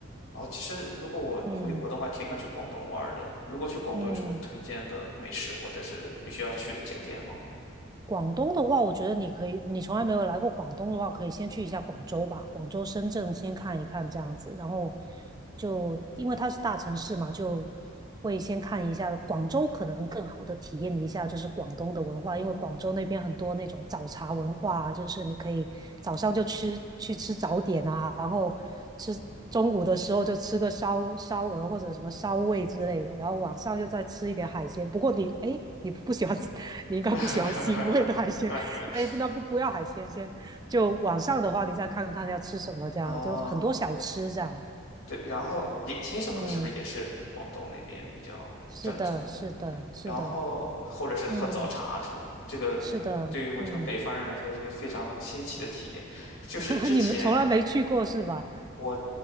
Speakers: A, on the left (about 85°); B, on the right (about 20°).
A: 哦，其实如果我回国的话，
B: 嗯
A: 挺想去广东玩儿的。如果去广东有什么推荐的美食或者是必须要去的景点吗？
B: 嗯。广东的话，我觉得你可以，你从来没有来过广东的话，可以先去一下广州吧，广州、深圳先看一看这样子，然后就因为它是大城市嘛，就会先看一下广州，可能更好的体验一下就是广东的文化，因为广州那边很多那种早茶文化啊，就是你可以早上就吃去吃早点啊，然后吃。中午的时候就吃个烧烧鹅或者什么烧味之类的，然后晚上又再吃一点海鲜。不过你，哎，你不喜欢，<laughs> 你应该不喜欢腥味的海鲜，
A: <laughs>
B: 那那不不要海鲜先。就晚上的话，你再看看要吃什么，这样就很多小吃这样。
A: 啊，对，然后点心什么的，
B: 嗯，
A: 是不是也是广东那边比较正宗？
B: 是的，是的，是的，
A: 然后或者是喝早茶是吗？
B: 嗯，
A: 这个对于我这种北方人来说是个非常新奇的体验。
B: 是的，嗯，
A: 就是之前
B: <laughs> 你们从来没去过是吧？
A: 我